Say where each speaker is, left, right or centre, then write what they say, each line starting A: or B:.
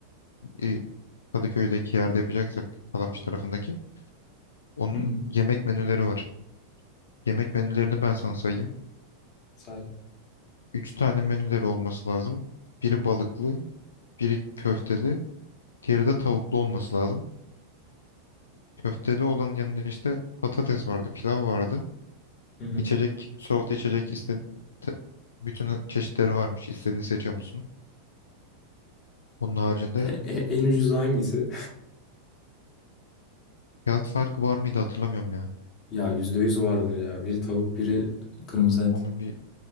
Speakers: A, on the left; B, on the left.
A: e, Kadıköy'deki yerde yapacaksak Kalamış tarafındaki. Onun
B: Hı hı.
A: yemek menüleri var. Yemek menülerini ben sana sayayım.
B: Say.
A: Üç tane menüleri olması lazım. Biri balıklı, biri köfteli, diğeri de tavuklu olması lazım. Köfteli olanın yanında işte patates vardı, pilav vardı.
B: Hı hı.
A: İçecek, soğuk içecek iste te- bütün çeşitleri varmış. İstediğini seçiyor musun? Onun haricinde
B: <laughs> E- En ucuzu hangisi?
A: fiyat farkı var mıydı hatırlamıyorum ya.
B: <laughs> Ya yüzde yüz vardır ya. Biri tavuk, biri kırmızı et.
A: Onun bir